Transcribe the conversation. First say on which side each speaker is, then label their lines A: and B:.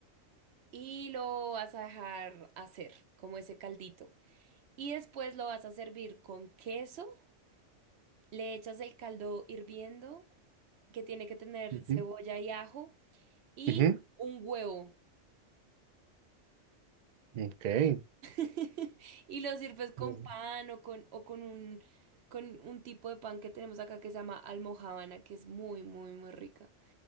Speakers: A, on the right; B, on the right.
A: y lo vas a dejar hacer como ese caldito. Y después lo vas a servir con queso, le echas el caldo hirviendo, que tiene que tener
B: Ujú.
A: cebolla y ajo, y
B: Ujú.
A: un huevo.
B: Ok.
A: <laughs> Y lo sirves con
B: Ujú.
A: pan o con, o con un, con un tipo de pan que tenemos acá que se llama almojábana, que es muy, muy, muy rica.